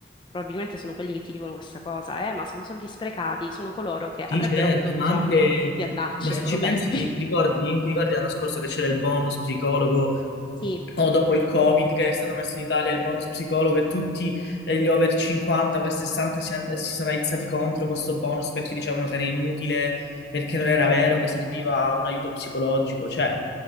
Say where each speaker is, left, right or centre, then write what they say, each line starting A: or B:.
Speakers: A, on the left (about 25°); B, on the left (about 70°).
A: probabilmente sono quelli che ti dicono questa cosa, eh, ma sono soldi sprecati, sono coloro che
B: Sì,
A: avrebbero
B: certo,
A: avuto bisogno
B: ma anche...
A: di andarci
B: Ma se
A: ai loro
B: ci
A: tempi.
B: pensi, ti
A: <laughs>
B: ricordi, ti ricordi l'anno scorso che c'era il bonus psicologo,
A: Sì,
B: o dopo il Covid che è stato messo in Italia, il bonus psicologo e tutti eh, gli over 50, over 60 si, han- si sono aizzati contro questo bonus perché dicevano che era inutile, perché non era vero, che serviva un aiuto psicologico. Cioè,